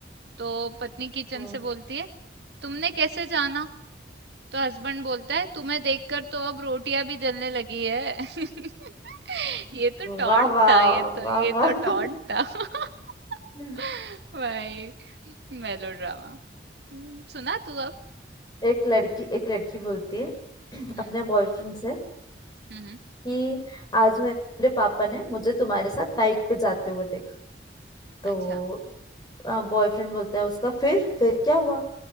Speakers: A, on the right; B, on the left.
A: तो पत्नी किचन
B: हम्म
A: से बोलती है तुमने कैसे जाना तो हस्बैंड बोलता है तुम्हें देखकर तो अब रोटियां भी जलने लगी है <laughs> ये तो टॉन्ट
B: वाह वाह
A: था ये तो
B: वाह
A: ये
B: वाह
A: तो
B: <laughs>
A: टॉन्ट था <laughs>
B: हम्म।
A: भाई मेलोड्रामा हम्म, सुना तू अब
B: एक लड़की एक लड़की बोलती है <clears throat>
A: हम्म
B: अपने बॉयफ्रेंड से
A: हम्म
B: कि आज मेरे पापा ने मुझे तुम्हारे साथ बाइक पे जाते हुए देखा तो
A: अच्छा
B: बॉयफ्रेंड बोलता है उसका फिर फिर क्या हुआ